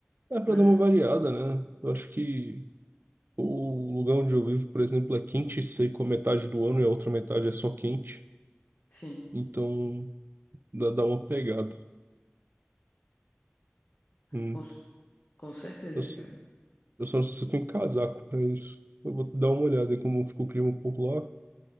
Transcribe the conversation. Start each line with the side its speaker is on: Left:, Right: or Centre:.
Right: É para
Left: né?
Right: dar uma variada, né? Eu acho que o lugar onde eu vivo, por exemplo, é quente e seco a metade do ano e a outra metade é só quente.
Left: Sim,
Right: Então dá, dá uma pegada. Hum.
Left: com, com certeza,
Right: Eu, só-
Left: cara.
Right: eu só não sei se eu tenho casaco para isso. Eu vou dar uma olhada em como ficou o clima por lá